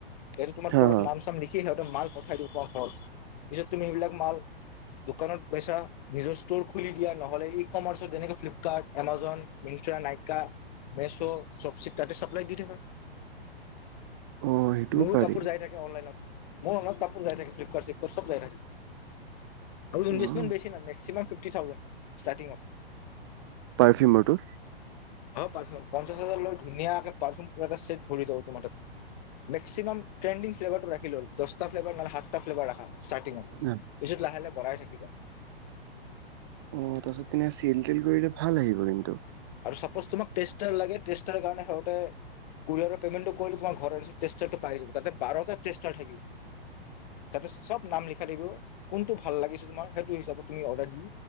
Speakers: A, on the left; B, on the right.
A: এইটো তোমাক
B: হা
A: তলত
B: হা
A: নাম চাম লিখি, সিহঁতে মাল পঠাই দিব তোমাৰ ঘৰত। পিছত তুমি সেইবিলাক মাল দোকানত - পইচা নিজৰ ষ্ট'ৰ খুলি দিয়া। নহলে ই কমাৰ্চত যেনেকৈ ফ্লিপকাৰ্ট, এমাজন, মিন্তা, নাইকা, মেছ', চপচিট তাতে চাপ্লাই দি থাকে।
B: অ', সেইটোও
A: মোৰো
B: পাৰি
A: কাপোৰ যাই থাকে অনলাইনত মোৰ মনত কাপ যায় থাকে ফ্লিপকাৰ্ চিপ চব যায় থাকে আৰু
B: অ',
A: ইনবেছমেন্ট বেছি নালাগে কিমান ফিফ্টি থাউজেণ্ড সষ্টাৰ্টিংত
B: পাৰফিউমৰটো
A: হয় পাৰফিউ পঞ্চাশ হাজাৰ লয়, ধুনীয়াকে পাৰফিউম এটা ছেট ভৰি যাব তোমাৰ তাত। মেক্সিমাম ট্ৰেণ্ডিং ফ্লেভাৰটো ৰাখিলে হ'ল, দহটা ফ্লেভাৰ নহলে সাতটা ফ্লেভাৰ ৰাখা ষ্টাৰ্টিঙত,
B: অ',
A: পিছত লাহে লাহে বঢ়াই থাকিবা।
B: অহ তাৰপাছত তেনে চেল তেল কৰিলে ভাল আহিব কিন্তু
A: আৰু ছাপ'জ তোমাক টেষ্টাৰ লাগে টেষ্টাৰ কাৰণে সিহঁতে কোৰিয়াৰৰ পে'মেণ্টটো কৰিলে তোমাৰ ঘৰতছো টেষ্টাৰটো পাই যাব তাতে বাৰটা টেষ্টাৰ থাকিব তাতে চব নাম লিখা দিব কোনটো ভাল লাগিছে তোমাৰ সেইটো হিচাপত তুমি অৰ্ডাৰ দি